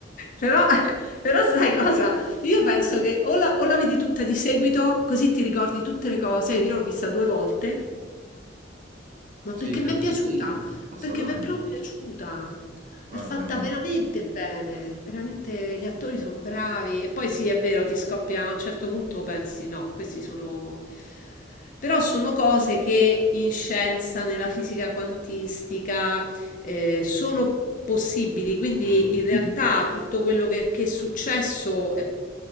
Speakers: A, on the left; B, on the right.
A: Però, però sai cosa? Io penso che o la, o la vedi tutta di seguito, così ti ricordi tutte le cose. Io l'ho vista due volte Ma
B: Sì,
A: perché
B: eh,
A: mi è piaciuta?
B: sì, assolutamente.
A: Perché mi è proprio piaciuta.
B: Guarda,
A: È fatta veramente bene, veramente gli attori sono bravi. E poi sì, è vero, ti scoppia a un certo punto, pensi no, questi sono... Però sono cose che in scienza, nella fisica quantistica, eh, sono possibili. Quindi
B: mm, mm,
A: in realtà tutto quello che, che è successo è,